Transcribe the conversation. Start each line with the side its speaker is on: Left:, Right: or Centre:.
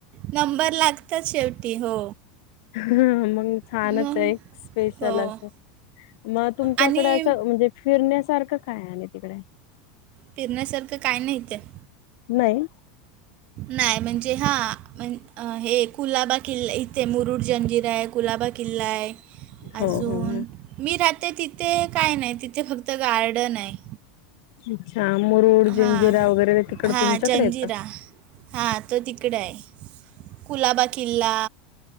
Right: नंबर लागतात शेवटी हो,
Left: हां मग छानच
Right: मग
Left: आहे, एक स्पेशल
Right: हो
Left: असं. मग तुमच्याकडं
Right: आणि
Left: असं म्हणजे फिरण्यासारखं काय आहे तिकडे?
Right: फिरण्यासारखं काय नाही इथं.
Left: नाही.
Right: नाय म्हणजे हां <unintelligible> हे कुलाबा किल्ला इथे मुरुड जंजिर आहे. कुलाबा किल्ला आहे
Left: हो
Right: अजून
Left: हो हो
Right: मी राहते तिथे काय नाही तिथे फक्त गार्डन आहे.
Left: अच्छा मुरूड
Right: हां
Left: जिंजिरा वगैरे तिकडं
Right: हां
Left: तुमच्याकडे
Right: जंजिरा
Left: आहे का?
Right: हां तो तिकडं आहे कुलाबा किल्ला